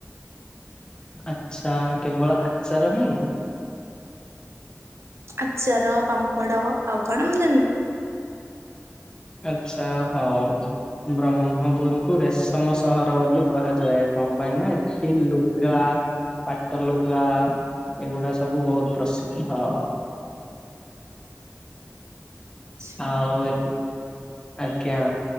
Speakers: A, on the left; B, on the right.
A: ଆଚ୍ଛା କେବଳ ଆଚାର ହିଁ,
B: ଆଚାର, ପାମ୍ପଡ଼ ଆଉ କଣ ମୁଁ ଜାଣିନି,
A: ଆଚ୍ଛା ହଉ, ବ୍ରହ୍ମପୁର କୁ ରେଶମ ସହର ବୋଲି କୁହାଯାଏ କଣ ପାଇଁ ନା ଏଠି ଲୁଗା, ପାଟ ଲୁଗା ଏଗୁଡ଼ା ସବୁ ବହୁତ୍ ପ୍ରସିଦ୍ଧ,
B: ଆଚ୍ଛା।
A: ଆଉ ଏଠି ଆଜ୍ଞା,